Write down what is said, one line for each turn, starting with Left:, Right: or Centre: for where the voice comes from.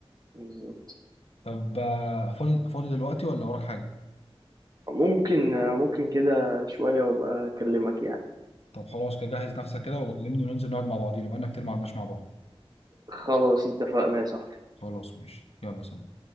Right: بالظبط.
Left: طب آه، فاضي فاضي دلوقتي ولا وراك حاجه
Right: ممكن ممكن كده شويه وابقى اكلمك يعني
Left: طب خلاص كده جهز نفسك كده وبكلمني وننزل نقعد مع بعضينا بقالنا كتير ما قعدناش مع بعض
Right: خلاص اتفقنا يا صاحبي
Left: خلاص ماشي يلا سلام